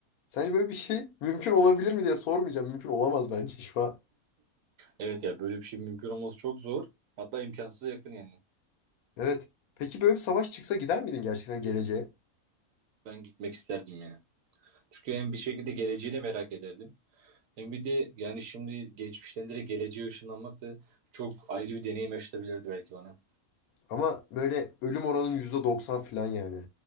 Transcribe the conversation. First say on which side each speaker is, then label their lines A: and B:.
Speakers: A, on the left; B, on the right.
A: Sence böyle bir şey <laughs> mümkün olabilir mi diye sormayacağım. Mümkün olamaz bence şu an.
B: Evet ya böyle bir şey mümkün olması çok zor. Hatta imkansıza yakın yani.
A: Evet. Peki böyle bir savaş çıksa gider miydin gerçekten geleceğe?
B: Ben gitmek isterdim yani. Çünkü hem bir şekilde geleceğini merak ederdim. Hem bir de yani şimdi geçmişten direkt geleceğe ışınlanmak da çok ayrı bir deneyim yaşatabilirdi belki bana.
A: Ama böyle ölüm oranın %90 falan yani.